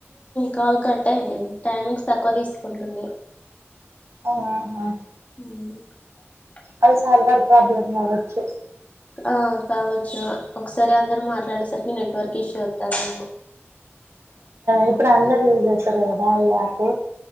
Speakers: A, on the left; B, on the right.
A: కాల్ కట్టేయందీ టైమింగ్స్ తక్కువ తీసుకుంటుంది
B: ఆహా
A: మ్
B: అది సర్వర్ ప్రాబ్లమ్ కావచ్చు
A: ఆ కావచ్చు ఒకసారి అందరు మాట్లాడేసరికి నెట్వర్క్ ఇష్యూ వతాందేమో
B: ఇప్పుడు అందరు యూజ్ చేస్తారు కదా ఈ యాప్